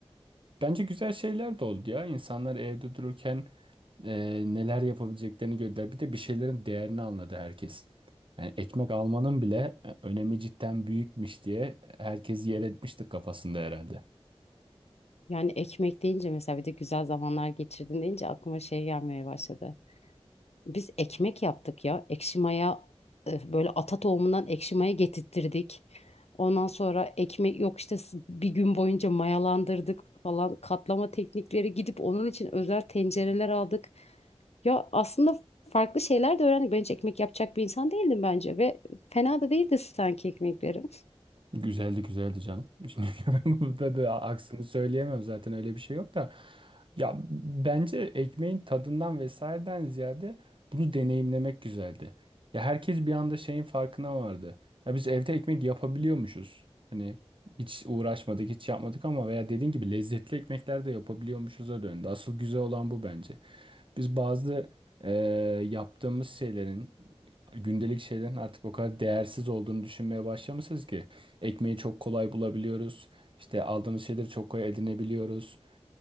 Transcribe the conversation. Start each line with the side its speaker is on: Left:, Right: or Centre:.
Right: bence güzel şeyler de oldu ya. İnsanlar evde dururken e, neler yapabileceklerini gördüler. Bir de bir şeylerin değerini anladı herkes. Yani ekmek almanın bile e, önemi cidden büyükmüş diye herkes yer etmiştir kafasında herhalde.
Left: Yani ekmek deyince mesela bir de güzel zamanlar geçirdin deyince aklıma şey gelmeye başladı. Biz ekmek yaptık ya. Ekşi maya e, böyle ata tohumundan ekşi maya getirttirdik. Ondan sonra ekmek yok işte s- bir gün boyunca mayalandırdık falan katlama teknikleri gidip onun için özel tencereler aldık. Ya aslında farklı şeyler de öğrendik. Ben hiç ekmek yapacak bir insan değildim bence ve fena da değildi sanki ekmeklerim.
Right: Güzeldi güzeldi canım. Şimdi <laughs> ben burada bir aksini söyleyemem zaten öyle bir şey yok da. Ya bence ekmeğin tadından vesaireden ziyade bunu deneyimlemek güzeldi. Ya herkes bir anda şeyin farkına vardı. Ya biz evde ekmek yapabiliyormuşuz. Hani hiç uğraşmadık, hiç yapmadık ama veya dediğin gibi lezzetli ekmekler de yapabiliyormuşuz'a döndü. Asıl güzel olan bu bence. Biz bazı eee, yaptığımız şeylerin, gündelik şeylerin artık o kadar değersiz olduğunu düşünmeye başlamışız ki. Ekmeği çok kolay bulabiliyoruz. İşte aldığımız şeyleri çok kolay edinebiliyoruz.